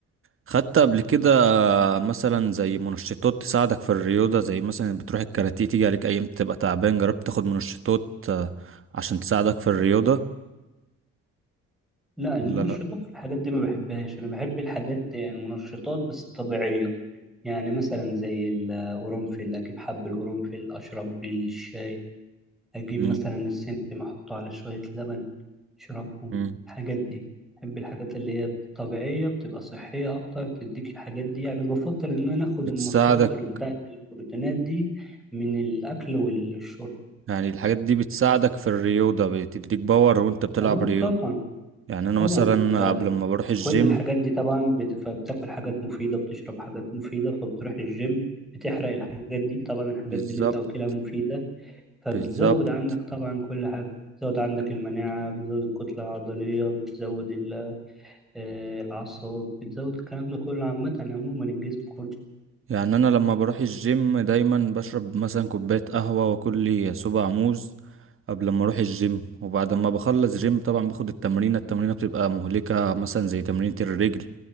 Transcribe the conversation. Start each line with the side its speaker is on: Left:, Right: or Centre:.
Right: خدت قبل كده آه، مثلا زي منشطات تساعدك في الرياضة زي مثلا بتروح الكاراتيه تيجي عليك ايام تبقى تعبان جربت تاخد منشطات آه، عشان تساعدك في الرياضة
Centre: لا المنشطات
Right: ولا لا
Centre: والحاجات دي ما بحبهاش انا بحب الحاجات يعني منشطات بس طبيعية يعني مثلا زي القرنفل اجيب حب القرنفل اشرب بيه الشاي اجيب
Right: مم.
Centre: مثلا السمسم احطه على شوية لبن اشربهم
Right: مم.
Centre: الحاجات دي بحب الحاجات اللي هي طبيعية بتبقى صحية اكتر تديك الحاجات دي يعني بفضل ان انا اخد
Right: بتساعدك
Centre: المصادر بتاعة البروتينات دي من الاكل والشرب
Right: يعني الحاجات دي بتساعدك في الرياضة بتديك باور وانت بتلعب
Centre: اه
Right: رياضة
Centre: طبعا
Right: يعني انا
Centre: طبعا
Right: مثلا
Centre: انت
Right: قبل ما بروح الجيم
Centre: كل الحاجات دي طبعا بت... فبتاكل حاجات مفيدة بتشرب حاجات مفيدة فبتروح الجيم بتحرق الحاجات دي طبعا الحاجات
Right: بالظبط
Centre: دي اللي انت واكلها مفيدة فبتزود
Right: بالظبط
Centre: عندك طبعا كل حاجة بتزود عندك المناعة بتزود الكتلة العضلية بتزود ال- آه، الأعصاب بتزود الكلام ده كله عامة عموما الجسم كله
Right: يعني انا لما بروح الجيم دايما بشرب مثلا كوبايه قهوه واكل لي صباع موز قبل ما اروح الجيم وبعد ما بخلص جيم طبعا باخد التمرينه التمرينه بتبقى مهلكه مثلا زي تمرينه الرجل